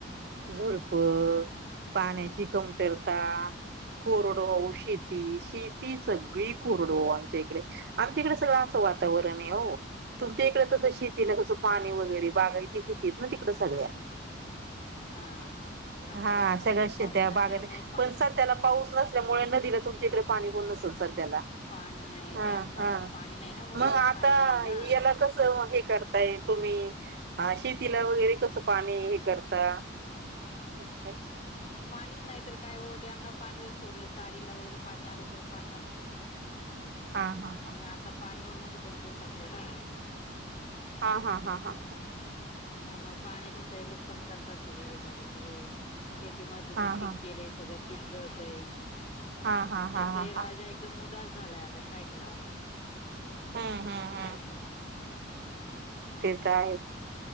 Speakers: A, on the right; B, on the left.
A: झुडप
B: हा हा
A: पाण्याची कम तरता, कोरुडव शेती शे ती सगळी कोरुडव आमच्या इकडे आमच्या इकडे सगळं असं वातावरण आहे हो. तुमच्या इकडे तसं शेतीला कसं पाणी वगैरे बागा <unintelligible> शेती आहेत ना तिकड सगळ्या.
B: हा जरा
A: हा
B: हाईत पर्यंत
A: सगळ्या शेत्या
B: पाऊस नाही
A: बागायती
B: त्यामुळ
A: पण सध्याला पाऊस नसल्यामुळ नदीला तुमच्या इकडे पाणी होण नसल सध्याला.
B: पाणी नाही
A: हा
B: डॅम ला
A: हा
B: पण पाणी नाही ना वरूनच
A: मग आता
B: पाणी नाही ना.
A: <unintelligible> हे करताय तुम्ही, आ शेतीला वगैरे कस पाणी हे करता <unintelligible>
B: आता पाणीच नाही तर काय ओ डॅमला पाणी जर सोडलं चारीला वगैरे पाणी आलं तर पाणी असतं.
A: हा हा
B: आणि आता पाणीवरूनच बंद करून टाकलंय ना.
A: हा हा हा हा.
B: त्यामूळं पाण्याची सैलच कमतरतात सगळी झाली सगळे. शेतीमध्ये जे
A: हा
B: पीक
A: हा
B: केलेय सगळं पिकजड होतय
A: हा हा हा
B: शेता
A: हा हा हा.
B: राजा आहे एकदम उदास झालाय आता काय करावा.
A: हां हां.
B: <unintelligible>
A: ते तर आहे.